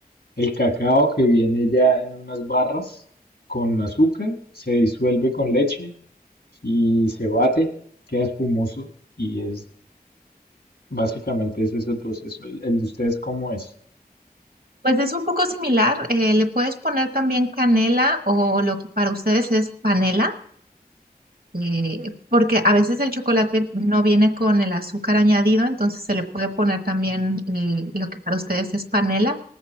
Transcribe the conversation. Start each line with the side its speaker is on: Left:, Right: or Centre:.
Left: el cacao que viene ya en unas barras con azúcar, se disuelve con leche y se bate, queda espumoso y es básicamente ese es el proceso. ¿El, el de ustedes cómo es?
Right: Pues es un poco similar, eh, le puedes poner también canela o lo que para ustedes es panela, eh, porque a veces el chocolate no viene con el azúcar añadido, entonces se le puede poner también eh, lo que para ustedes es panela